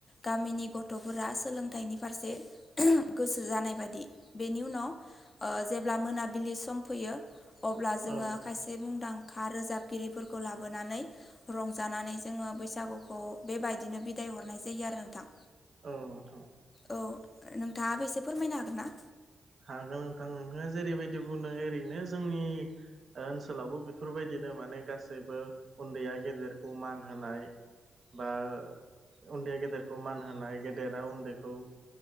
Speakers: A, on the left (about 40°); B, on the right (about 55°).
A: गामिनि गथ'फोरा सोलोंथाइनि फारसे गोसो जानाय बायदि बेनि उनाव ओ जेब्ला मोनाबिलि सम फैयो अब्ला
B: औ
A: जोङो
B: औ
A: खायसे मुंदां ख रोजाबगिरिफोरखौ लाबोनानै रंजानानै जोङो बैसागुखौ बेबायदिनो बिदाय हरनाय जायो आरो नोंथां।
B: नोंथां
A: औ नोंथाङाबो एसे फोरमायनो हागोन ना?
B: हागोन नोंथां नोंथाङा जेरैबायदि बुंदों ओरैनो जोंनि ओनसोलावबो बेफोरबायदिनो माने गासैबो उनदैया गेदेरखौ मान होनाय बा उन्दैया गेदेरखौ मान होनाय गेदेरा उन्दैखौ